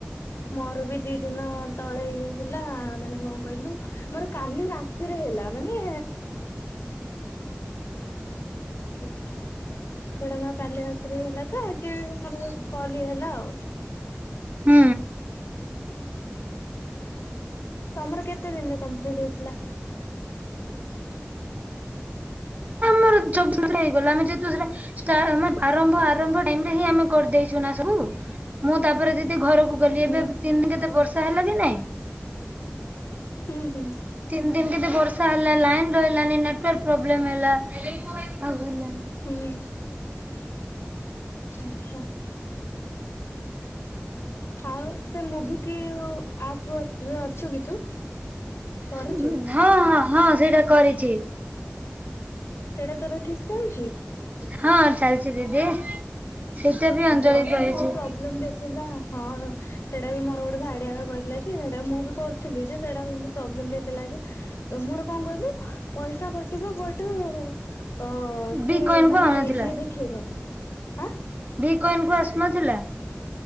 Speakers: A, on the left (about 70°); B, on the right (about 35°).
A: ମୋର ବି ବି ଦି ଦିନ ତଳେ ଇଏ ହେଲା ମାନେ କଣ କହିଲୁ ମୋର କାଲି ରାତିରେ ହେଲା ମାନେ <unintelligible> ସେଇଟା ମୋର କାଲି ରାତିିରେ ହେଲା ତ ଆଜି ମୋର କଲି ହେଲା ଆଉ।
B: ହୁଁ।
A: ତମର କେତେ ଦିନରେ କମ୍ପ୍ଲିଟ ହେଇଥିଲା?
B: ମୋର ଜଲଦି ହେଇଗଲା ଆମେ ଯେହେତୁ ହେଲା ଷ୍ଟାର ହେଲା ଆରମ୍ଭ ଆରମ୍ଭ ଟାଇମଟା ଆମେ କରିଦେଇଚୁ ନା ସବୁ, ମୁଁ ତାପରେ ଦିଦି ଘରକୁ ଗଲି
A: ହୁଁ
B: ଏବେ ତିନି ଦିନ କେତେ ବର୍ଷା ହେଲା କି ନାଇଁ
A: ହୁଁ ହୁଁ
B: ତିନି ଦିନ ବର୍ଷାକେତେ ହେଲା ଲାଇନ ରହିଲାନି ନେଟୱାର୍କ ପ୍ରୋବ୍ଲେମ ହେଲା <unintelligible>
A: ହୁଁଉଁ। ଆଛା। ଆଉ ସେ ମୁଭିିକି ଉ ଆ ତୁ ତୁରେ ଅଛୁ କି ତୁ କରୁଚୁ।
B: ହଁ ହଁ ହଁ ସେଇଟା କରିଚି।
A: ସେଇଟା ତୋର ଠିକ ଚାଲିଛି।
B: ହଁ ଚାଲିଛି ଦିଦି ସେଇଟା ବି ଅଞ୍ଜଳି
A: ସେଇଟା ମୋର
B: କହିଚି।
A: କଣ ପ୍ରୋବ୍ଲେମ ଦେଖିଲା ହଁ ସେଇଟା ବି ମୋର ଗୋଟେ ଭାଇ ଟେ ଆକା କହିଥିଲା ହେରା ମୁଁ ଏବେ କରୁଥିଲି ଯେ ସେଟା ସେମତି ପ୍ରୋବ୍ଲେମ ଦେଖେଇଲା ଯେ ମୋର କଣ କହିଲୁ ପଇସା ଗୋ କଟିବ ବଟ
B: ବି
A: ସେ
B: କଏନ କୁ
A: ମାନେ
B: ଆଉନଥିଲା
A: ଇଏ ଦେଖେଇବନି ଆଁ
B: ଭିକୋଇନ କୁ ଆସୁନଥିଲା।